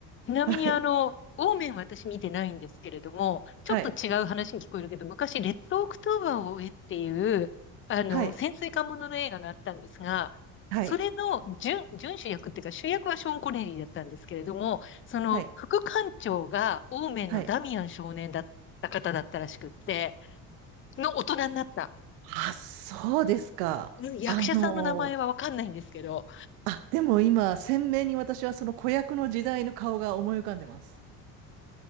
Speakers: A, on the left; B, on the right.
A: ちなみにあの、
B: はい。
A: ウーメンは私見てないんですけれども、ちょっと違う話に聞こえるけど、
B: はい。
A: 昔、レッドオクトーバーを追えっていう、あの、
B: はい。
A: 潜水艦ものの映画があったんですが、
B: はい。
A: それの準、準主役っていうか、主役はショーン・コネリーだったんですけれども、その副艦長がオーメンのダミアン少年だった方だったらしくって、
B: はい。はい。
A: の大人になった。
B: あ、そうですか。
A: うん役者さんの名前はわかんないんですけど、
B: あの、あ、でも今、鮮明に私はその子役の時代の顔が思い浮かんでます。